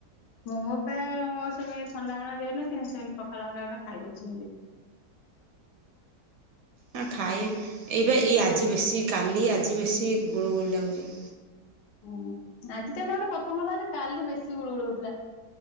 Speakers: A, on the left (about 80°); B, on the right (about 70°).
A: ମୋ ପାଇଁ ତମେ ଥଣ୍ଡା ଭଣ୍ଡା ଦଉନ କେ ସେତି ପଖାଳ ଭଣ୍ଡା ଗେ ଖାଇ ଦଉଛନ୍ତି।
B: ହଁ ଖାଇ ଏଇବେ ଏ ଆଜି ବେଶୀ କାଲି ଆଜି ବେଶୀ ଗୁଳୁ ଗୁଳି ଲାଗୁଛି।
A: ହୁଁ ଆଜି ତ ଏେ ଗୋଟେ କଥା ମତା କାଲି ବେଶୀ ଗୁଳୁ ଗୁଳ ହଉଥିଲା।